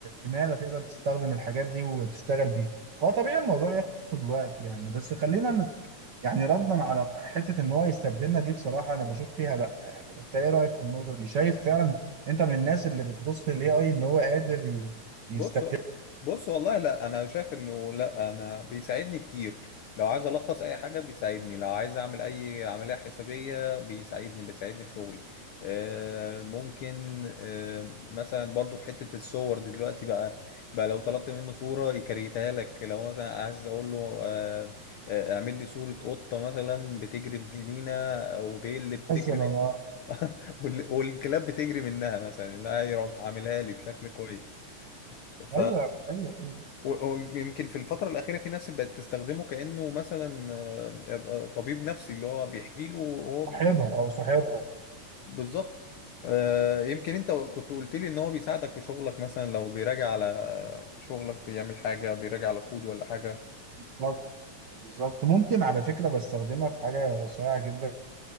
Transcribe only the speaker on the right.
عماله تقدر تستخدم الحاجات دي وتشتغل بيها هو طبيعي الموضوع ياخد وقت يعني بس خلينا ن- يعني ردا على حته ان هو يستبدلنا دي بصراحه انا بشوف فيها لا يعني انت ايه رايك في النقطه دي شايف فعلا انت من الناس اللي بتبص للاي اي ان هو قادر ي- يستبدل
مثلا
اه
ايوه ايوه ايوه
صاحبها او صاحبها
بالظبط. بالظبط ممكن على فكرة بستخدمها في حاجة صريعة جدا